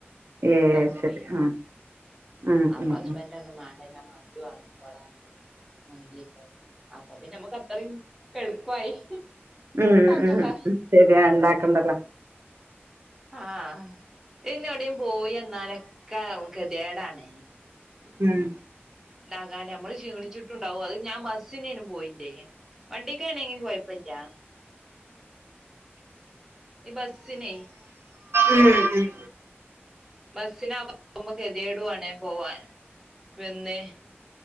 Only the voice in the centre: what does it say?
കാാക്ക
ആപ്പസ്
ബന്ണ്ടണ മ ാണ് പ മന്തില്ല അപ്പ പിന്ന നമ്മക്ക് അത്രയും എളുപ്പമായി
ഉണ്ടാക്കണ്ട
ആഹ ഇന്നോടയും പോയി എന്ന എന്നാലൊക്കെ ഗതിേടണേ
ണ്ടാകാൻ നമ്മള് ക്ഷീണിച്ചിട്ടുണ്ടാാവോ അത് ഞാൻ ബസ്സിനേനും പോയിന്റെേ വണ്ടിക്ക് വണെങ്കും കൊഴപ്പില്ല എ ബസ്സിിന
ബസ്സിനാക പോകുമ്പോ ഗെതിയടുവാണേ പോവാൻ വന്നേ